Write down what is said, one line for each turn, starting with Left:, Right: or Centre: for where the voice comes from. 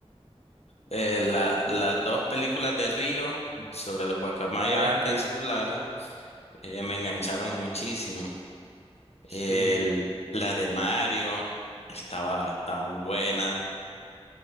Left: Eh, la- las dos películas de Río sobre el guacamayo
Right: Ah,
Left: este
Right: sí,
Left: azul, la verdad, eh, me engancharon muchísimo. El-
Right: sí.
Left: la de Mario estaba, estaba muy buena.